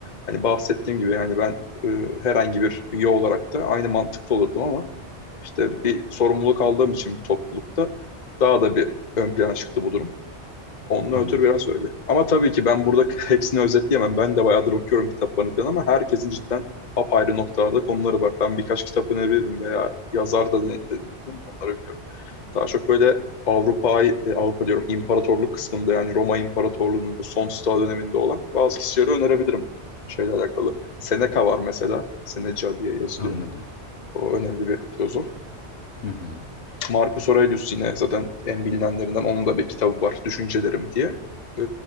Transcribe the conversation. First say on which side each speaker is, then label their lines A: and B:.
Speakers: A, on the left (about 40°); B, on the left (about 70°).
A: Hani bahsettiğim gibi yani ben e, herhangi bir üye olarak da aynı mantıkta olurdum ama işte bir sorumluluk aldığım için bir toplulukta daha da bir ön plana çıktı bu durum. Ondan
B: anladım
A: ötürü biraz öyle. Ama tabii ki ben burada <laughs> hepsini özetleyemem. Ben de bayağıdır okuyorum kitaplarını falan ama herkesin cidden apayrı noktalarda konuları var. Ben birkaç kitap önerebilirim veya yazar da de- dedim mi onları biliyorum. Daha çok böyle Avrupa, Avrupa diyorum imparatorluk kısmında yani Roma İmparatorluğu'nun bu son Sta döneminde olan bazı kişileri önerebilirim şeyle alakalı. Seneca var mesela. Seneca diye yazılıyor.
B: anladım.
A: O önemli bir filozof.
B: Hı hı.
A: Marcus Aurelius yine zaten en bilinenlerinden onun da bir kitabı var Düşüncelerim diye. Ee,